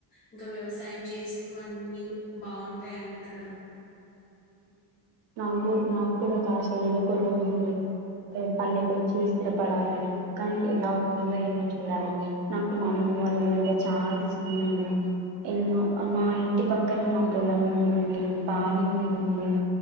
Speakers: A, on the left (about 25°); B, on the right (about 80°).
A: ఇంకా వ్యవసాయం చేస్తూ అన్నీ బాగుంటాయండి ఇక్కడ.
B: నాగు నాకు కూడా కాశ ఎదకరుదు. పల్లెకొచ్చి స్థిరపడాలని కానీ ఎలా అవుతుందో ఏమో చూడాలి నాకు మామూ లా ఊరు అంటే చాలా స్పీడ్ ఎన్నో మా ఇంటి పక్కనే మా పొలం ఉంటుంది బావి ఉంటుంది.